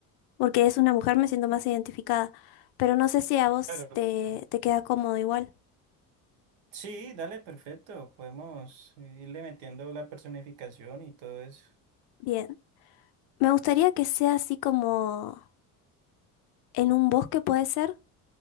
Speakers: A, on the left; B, on the right.
A: porque es una mujer, me siento más identificada, pero no sé si a vos
B: Claro,
A: te,
B: claro.
A: te queda cómodo igual.
B: Sí, dale, perfecto. Podemos eh, irle metiendo la personificación y todo eso.
A: Bien, me gustaría que sea así como en un bosque puede ser,